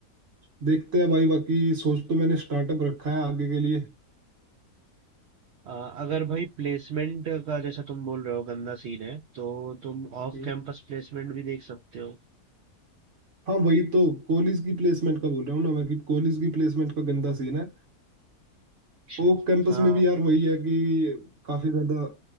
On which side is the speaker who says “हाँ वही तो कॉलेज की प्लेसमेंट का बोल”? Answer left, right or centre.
Right